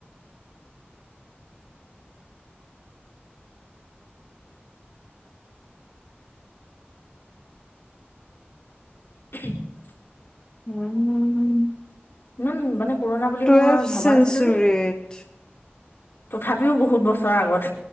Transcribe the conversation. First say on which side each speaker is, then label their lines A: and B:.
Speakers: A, on the left (about 65°); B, on the left (about 20°).
A: <inaudible>
B: উম
A: ইমান মানে পুৰণা বুলি
B: টুৱেলভ
A: মই ভবা
B: চেঞ্চুৰীত
A: নাছিলো, দেই। তথাপিও বহুত বছৰৰ আগত।